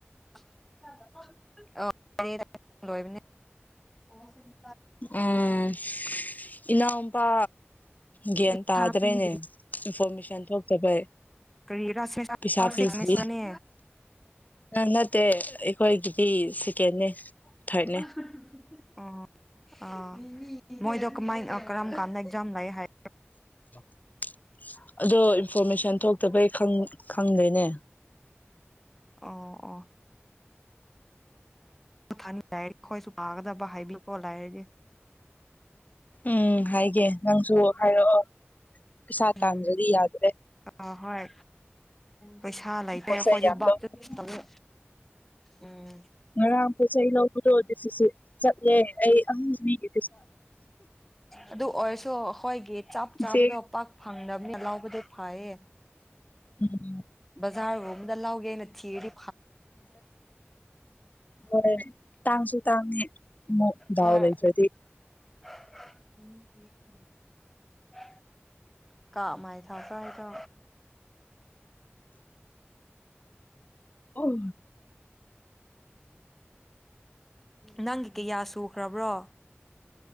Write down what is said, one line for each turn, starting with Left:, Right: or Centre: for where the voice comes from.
Centre: <unintelligible>
Left: ꯎꯝ ꯏꯅꯥꯎꯄꯥ ꯒ꯭ꯌꯥꯟ
Centre: ꯄꯩꯁꯥ
Left: ꯇꯥꯗ꯭ꯔꯦꯅꯦ
Centre: ꯄꯤꯗ꯭ꯔꯤ
Left: ꯏꯟꯐꯣꯔꯃꯦꯁꯟ ꯊꯣꯛꯇꯕꯩ
Centre: ꯀꯔꯤꯔꯥ ꯁꯤꯛꯁ
Left: ꯄꯩꯁꯥ ꯄꯤꯗ꯭ꯔꯤ
Centre: ꯁꯦꯃꯤꯁꯇꯔꯅꯦ
Left: ꯅꯠꯇꯦ ꯑꯩꯈꯣꯏꯒꯤ ꯑꯩ ꯁꯦꯀꯦꯟꯅꯦ ꯊꯥꯔꯠꯅꯦ
Centre: ꯑ <unintelligible> ꯑꯥ ꯃꯣꯏꯗꯣ ꯀꯃꯥꯏꯅ ꯀꯔꯝ ꯀꯥꯟꯅꯒꯦ ꯖꯝ ꯂꯩ ꯍꯥꯏ
Left: <inaudible> ꯑꯗꯣ ꯏꯟꯐꯣꯔꯃꯦꯁꯟ ꯊꯣꯛꯇꯕꯩ ꯈꯪꯗꯦꯅꯦ
Centre: ꯑꯣ ꯑꯣ ꯊꯥꯅꯤꯉꯥꯏ ꯑꯩꯈꯣꯏꯁꯨ ꯄꯥꯒꯗꯕ ꯍꯥꯏꯕꯤꯈꫭ ꯂꯥꯏꯔꯗꯤ
Left: ꯎꯝ ꯍꯥꯏꯒꯦ ꯅꯪꯁꯨ ꯍꯥꯏꯔꯛꯑꯣ ꯄꯩꯁꯥ
Centre: ꯎꯝ
Left: ꯇꯥꯟꯗ꯭ꯔꯗꯤ ꯌꯥꯗ꯭ꯔꯦ
Centre: ꯑꯥ ꯍꯣꯏ ꯄꯩꯁꯥ ꯂꯩꯇꯔꯦ
Left: ꯄꯣꯠ
Centre: ꯑꯩꯈꯣꯏꯗꯤ
Left: ꯆꯩ ꯌꯥꯝ
Centre: ꯕꯥꯛꯇ
Left: ꯂꯧꯅꯤꯡꯉꯤ
Centre: ꯇꯧꯋꯦ ꯎꯝ
Left: ꯉꯔꯥꯡ ꯄꯣꯠ ꯆꯩ ꯂꯧꯕꯗꯣ ꯑꯗꯨꯁꯨ ꯁꯤ ꯆꯠꯂꯦ ꯑꯩ ꯑꯍꯝ ꯂꯩꯗꯦ
Centre: ꯑꯗꯨ ꯑꯣꯏꯔꯁꯨ ꯑꯩꯈꯣꯏꯒꯤ ꯆꯥꯞ ꯆꯥꯕꯗꯣ
Left: ꯏꯆꯦ
Centre: ꯄꯥꯛ ꯐꯪ ꯂꯥꯎꯕꯗꯣ ꯐꯥꯏꯌꯦ
Left: ꯎꯝ
Centre: ꯕꯖꯥꯔ ꯒꯨꯝꯕꯗ ꯂꯥꯎꯒꯦꯅ ꯊꯤꯔꯤ
Left: ꯍꯣꯏ ꯇꯥꯡꯁꯨ ꯇꯥꯡꯉꯦ ꯑꯃꯨꯛ ꯗꯥꯎ
Centre: ꯍꯣꯏ
Left: ꯂꯩꯇ꯭ꯔꯗꯤ
Centre: <inaudible> ꯀꯥ ꯃꯥꯥꯏ ꯊꯥꯁ ꯍꯥꯏꯗ
Left: ꯑꯣ
Centre: ꯅꯪꯒꯤ ꯀꯌꯥ ꯁꯨꯈ꯭ꯔꯕ꯭ꯔꯣ